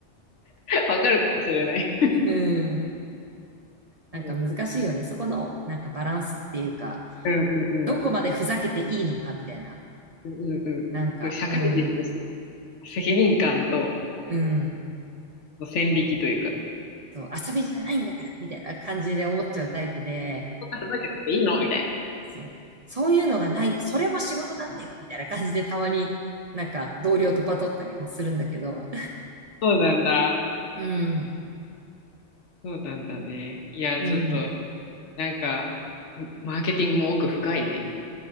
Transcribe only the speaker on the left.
わかるかもしれない。
うん
うんうんうん。
うん
うん社会人として
責任感と
の線引きというか、
そんなふざけてていいのみたいな。
そうなんだ。
そうなんだね。いや、
ちょっと。なんか、マーケティングも奥深いね。